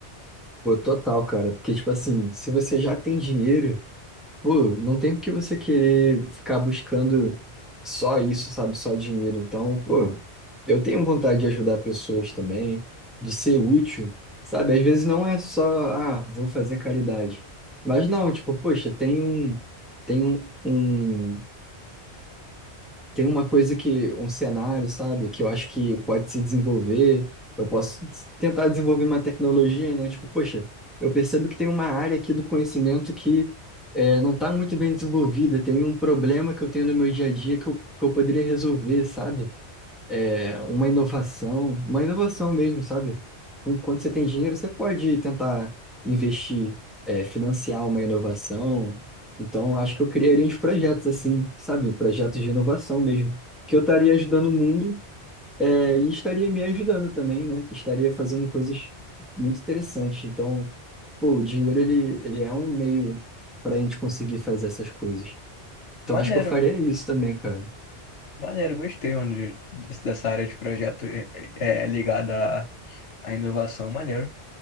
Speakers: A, in the centre; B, on the left.
A: Pô, total, cara. Porque, tipo assim, se você já tem dinheiro. Pô, não tem porque você querer ficar buscando só isso, sabe? Só dinheiro. Então, pô, eu tenho vontade de ajudar pessoas também, de ser útil, sabe? Às vezes não é só, ah, vou fazer caridade. Mas não, tipo, poxa, tem um, tem um, um tem uma coisa que, um cenário, sabe, que eu acho que pode se desenvolver. Eu posso tentar desenvolver uma tecnologia, né? Tipo, poxa, eu percebo que tem uma área aqui do conhecimento que é, não está muito bem desenvolvida, tem um problema que eu tenho no meu dia a dia que eu, que eu poderia resolver, sabe? é, uma inovação, uma inovação mesmo, sabe? Com- Quando você tem dinheiro, você pode tentar investir, é, financiar uma inovação. Então, acho que eu criaria uns projetos assim, sabe? Projetos de inovação mesmo, que eu estaria ajudando o mundo, é, e estaria me ajudando também, né? Que estaria fazendo coisas muito interessantes. Então, pô, o dinheiro, ele, ele é um meio para a gente conseguir fazer essas coisas. Então,
B: Maneiro,
A: acho que eu faria
B: mano.
A: isso também, cara.
B: Maneiro, gostei, mano, de- desse- dessa área de projeto é, é, é ligada à, à inovação. Maneiro.